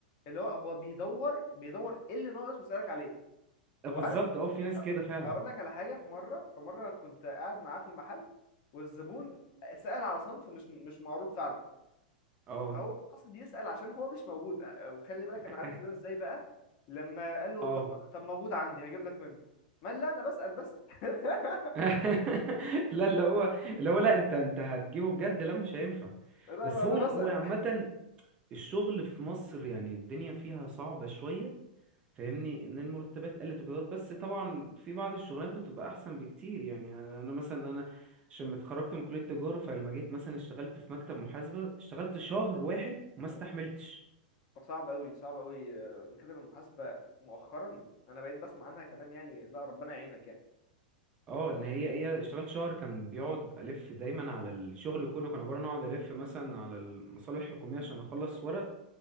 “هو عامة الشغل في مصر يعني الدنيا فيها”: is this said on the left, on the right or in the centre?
Right